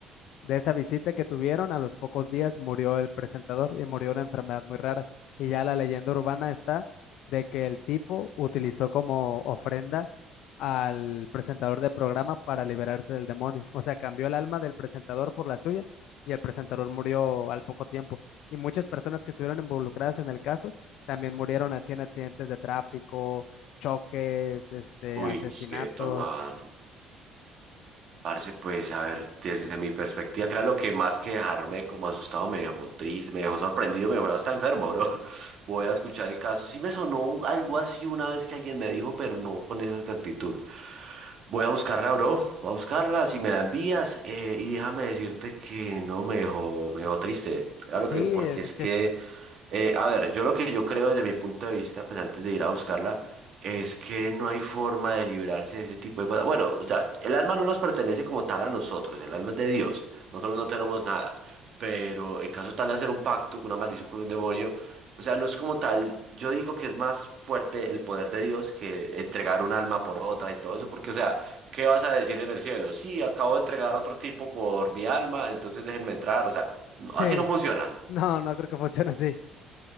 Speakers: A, on the left; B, on the right.
A: de esa visita que tuvieron, a los pocos días murió el presentador y murió una enfermedad muy rara. Y ya la leyenda urbana está de que el tipo utilizó como ofrenda al presentador del programa para liberarse del demonio. O sea, cambió el alma del presentador por la suya y el presentador murió al poco tiempo. Y muchas personas que estuvieron involucradas en el caso también murieron así en accidentes de tráfico, choques, este,
B: Uy,
A: asesinatos.
B: quieto, mano. Parce, pues a ver, desde mi perspectiva, creo lo que más que dejarme como asustado me dejó triste, me dejó sorprendido, me dejó hasta enfermo, bro. <laughs> Voy a escuchar el caso. Sí me sonó un- algo así una vez que alguien me dijo, pero no con esa exactitud. Voy a buscarla, bro. Voy a buscarla, si me la envías, eh, y déjame decirte que no me dejó, me dejó triste. Claro
A: Sí,
B: que, porque
A: es,
B: es
A: es
B: que
A: que es.
B: eh, a ver, yo lo que yo creo desde mi punto de vista, pues antes de ir a buscarla, es que no hay forma de librarse de ese tipo de cosas. Bueno, o sea, el alma no nos pertenece como tal a nosotros, el alma es de Dios, nosotros no tenemos nada, pero el caso tal de hacer un pacto con una maldición con un demonio, o sea, no es como tal, yo digo que es más fuerte el poder de Dios que entregar un alma por otra y todo eso, porque o sea, ¿qué vas a decir en el cielo? Sí, acabo de entregar a otro tipo por mi alma, entonces déjenme entrar, o sea, no-
A: Sí,
B: así no funciona.
A: no, no creo que funcione así.